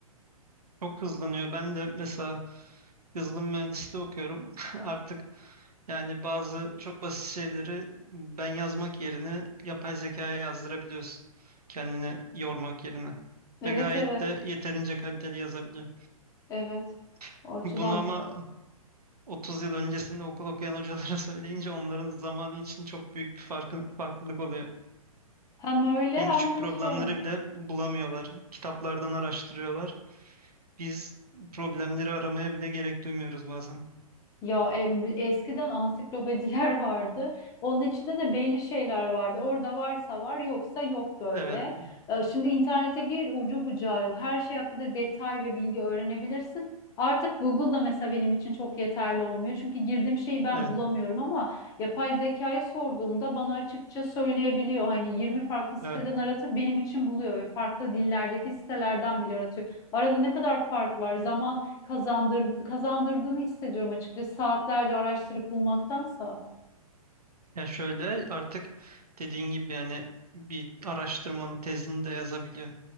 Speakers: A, on the right; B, on the left.
A: Çok hızlanıyor. Ben de mesela yazılım mühendisliği okuyorum. <laughs> Artık yani bazı çok basit şeyleri ben yazmak yerine yapay zekaya yazdırabiliyorsun. Kendini yormak yerine.
B: Evet
A: Ve gayet
B: evet
A: de yeterince kaliteli yazabiliyor.
B: evet.
A: <laughs>
B: O açıdan
A: Bunu ama
B: bak-
A: 30 yıl öncesinde okul okuyan hocalara <laughs> söyleyince onların zamanı için çok büyük bir farkın, farklılık oluyor.
B: hem öyle
A: En
B: hem
A: küçük
B: de
A: problemleri
B: şey.
A: bile bulamıyorlar. Kitaplardan araştırıyorlar. Biz problemleri aramaya bile gerek duymuyoruz bazen.
B: Ya e, b- eskiden ansiklopediler <laughs> vardı. Onun içinde de belli şeyler vardı. Orada varsa var, yoksa yok böyle.
A: Evet.
B: E, Şimdi internete gir, ucu bucağı yok. Her şey hakkında detay ve bilgi öğrenebilirsin. Artık Google'da mesela benim için çok yeterli olmuyor. Çünkü girdiğim şeyi ben
A: e,
B: bulamıyorum ama yapay zekayı sorduğumda bana açıkça söyleyebiliyor. Hani 20 farklı siteden
A: Evet.
B: aratıp benim için buluyor ve farklı dillerdeki sitelerden bile aratıyor. Arada ne kadar fark var? Zaman kazandır, kazandırdığını hissediyorum açıkçası saatlerce araştırıp bulmaktansa.
A: Ya şöyle artık dediğin gibi yani bir araştırmanı tezini de yazabiliyor.